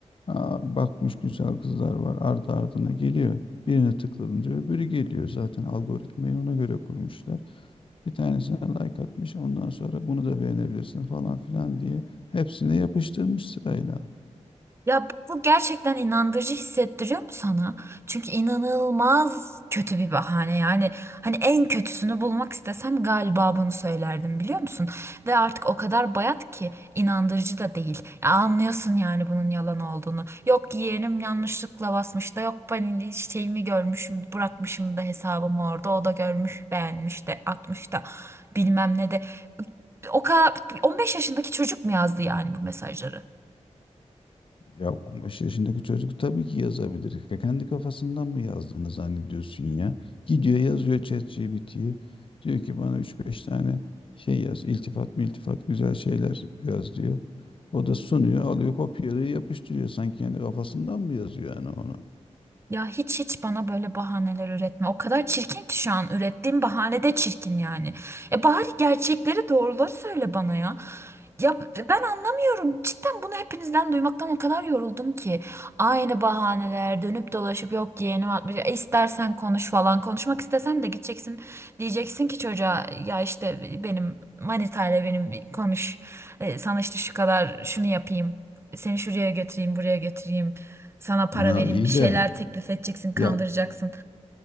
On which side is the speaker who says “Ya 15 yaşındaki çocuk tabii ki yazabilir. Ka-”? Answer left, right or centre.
Left